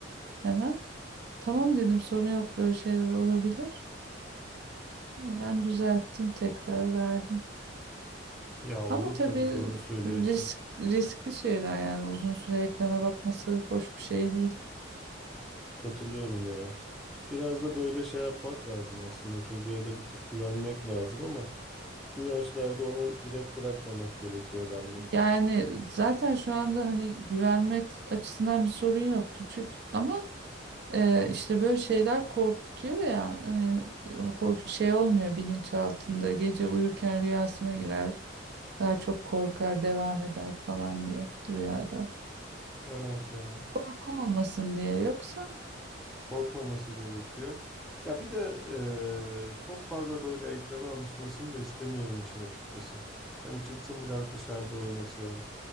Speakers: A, on the right; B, in the centre.
A: Hemen. Tamam dedim sorun yok böyle şeyler olabilir. Ben düzelttim, tekrar verdim.
B: Ya olur
A: Ama tabii
B: tabii doğru söylüyorsun.
A: risk riskli şeyler yani uzun süre ekrana bakması hoş bir şey değil.
B: Katılıyorum ya. Biraz da böyle şey yapmak lazım aslında. Çocuğa da bir tık güvenmek lazım ama bu yaşlarda onu direkt bırakmamak gerekiyor bence.
A: Yani zaten şu anda hani güvenmek açısından bir sorun yok küçük ama e, işte böyle şeyler korkutuyor ya hani hoş, şey olmuyor bilinçaltında gece uyurken rüyasına girer daha çok korkar devam eder falan diye rüyada.
B: Evet ya.
A: korku olmasın diye yoksa
B: Korkmaması gerekiyor. Ya bir de eee, çok fazla böyle ekrana alışmasını da istemiyorum işin açıkçası. Hani çıksın biraz dışarıda oynasın,